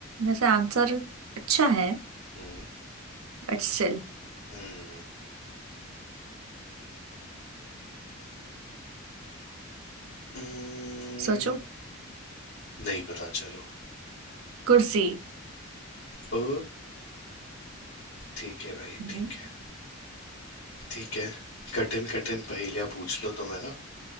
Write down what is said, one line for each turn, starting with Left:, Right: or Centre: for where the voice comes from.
Right: वैसे आंसर अच्छा है
Left: हम्म,
Right: बट स्टिल
Left: हम्म, हम्म,
Right: सोचो
Left: नहीं पता चलो
Right: कुर्सी
Left: ओ ठीक है भाई
Right: हम्म,
Left: ठीक है ठीक है कठिन कठिन पहेलियां पूछ लो तो मैं ना